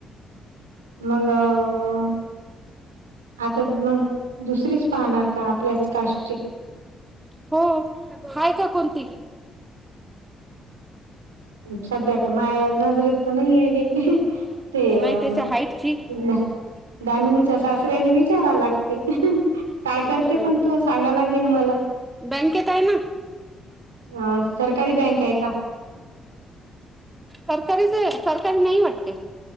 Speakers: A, on the right; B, on the right.
A: मगं, आता मग दुसरीच पाहणार का, आपल्याच कास्ट ची.
B: हो, हाय का कोणती.
A: सध्या तर माया नजरेत तर नाहिये बाई. ते
B: नाही त्याच्या हाईटची
A: <unintelligible> दामिनीचा सासरेला विचारा लागते. काय
B: हम्म
A: करते पण
B: हम्म.
A: तो, सांगा लागेल मला.
B: बँकेत आहे ना
A: अ सरकारी बँक आहे का?
B: सरकारीच आहे सरकारी नाही वाटते.